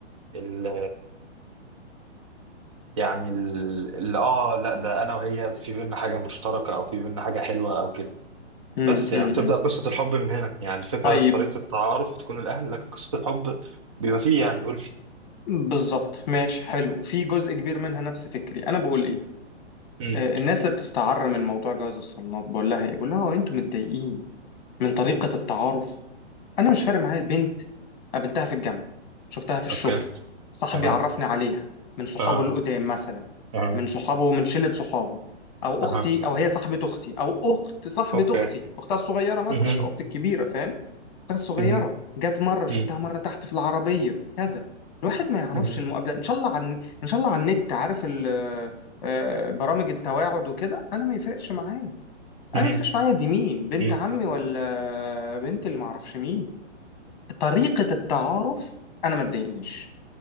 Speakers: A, on the right; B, on the left.
A: ال- يعني ال- ال- اه لا ده انا وهي في بينا حاجه مشتركه او في بينا حاجه حلوه او كده
B: امم
A: بس يعني
B: امم
A: بتبدا قصه الحب من هنا يعني الفكره
B: طيب
A: في طريقه التعارف تكون الاهل لكن قصه الحب بيبقى فيه يعني قول
B: بالظبط ماشي حلو في جزء كبير منها نفس فكري انا بقول ايه
A: امم
B: آه، الناس اللي بتستعر من موضوع جواز الصالونات بقول لها ايه بقول لها هو انتوا متضايقين من طريقة التعارف انا مش فارق معايا البنت قابلتها في الجامعه شفتها في الشغل
A: اوكي
B: صاحبي
A: اها
B: عرفني عليها من صحابه
A: اها
B: القدام مثلا
A: اها
B: من صحابه من شله صحابه او
A: اها
B: اختي او هي صاحبه اختي او اخت صاحبه
A: اوكي
B: اختي اختها الصغيره مثلا
A: مهم.
B: الاخت الكبيره فاهم اختها الصغيره
A: مهم.
B: جت مره شفتها
A: مهم.
B: مره تحت في العربيه كذا الواحد ما يعرفش
A: مهم.
B: المقابله ان شاء الله عن ان شاء الله على النت عارف ال... آه، برامج التواعد وكده انا ما يفرقش معايا
A: مهم.
B: انا ما يفرقش معايا دي مين بنت
A: مهم.
B: عمي ولا بنت اللي ما اعرفش مين طريقة التعارف انا ما تضايقنيش